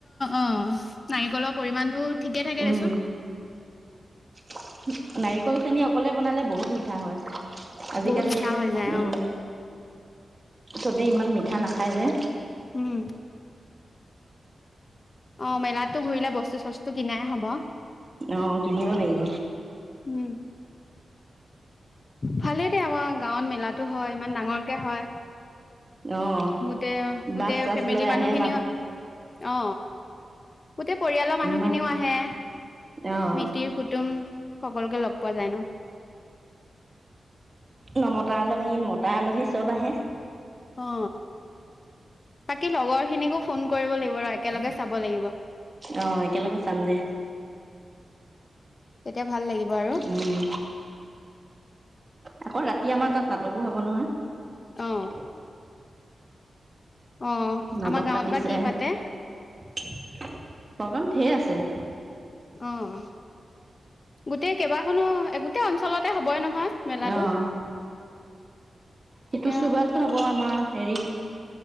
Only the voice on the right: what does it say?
উম
<unintelligible> নাৰিকল চেনি অকলে বনালে বহুত মিঠা হয়। আজিকালি
উম।
চবেই ইমান মিঠা নাখায় যে।
অ কিনিব লাগিব।
অ'
বাছ চাছ
লৈ
আহে
ইমান
অ'
নমতা আলহী মতা আলহী চব আহে।
অ একেলগে চাম দে।
উম আকৌ ৰাতি আমাৰ তাত নাটকো হব নহয়।
নাটক
পাতিছে,
প্ৰগ্ৰাম ঢেৰ আছে।
আহ
সেইটো চোবাত হব আমাৰ। হেৰি